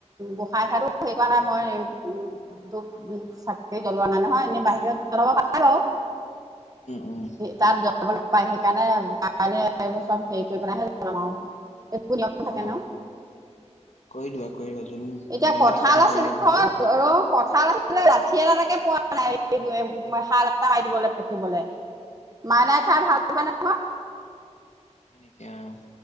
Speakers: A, on the right; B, on the left.
A: গোঁসাঁইঠাই হেৰি কৰা নাই মই - চাকৰি জ্বলোৱা নাই নহয় এনে বাহিৰত জ্বলাব পাৰে।
B: উম উম
A: তাত- জ্বলাব নাপায় সেইকাৰণে ক এইবোৰ চব হেৰি কৰি পেলাইহে জ্বলাম আৰু নিয়ম
B: অ
A: থাকে ন।
B: কৰি দিবা কৰি দিবা যোন-
A: এতিয়া
B: যোনকেইটা
A: কঁঠাল
B: কাম
A: আছে
B: কৰিলে
A: ন
B: ভাল
A: ঘৰত অ কঁঠাল আছে। লাথি এডালেকে পোৱা নাই শাল এটা মাৰি দিবলৈ পকিবলে। মাইনাই খাই ভাল পায় নহয়।
B: হয় নেকি আৰু।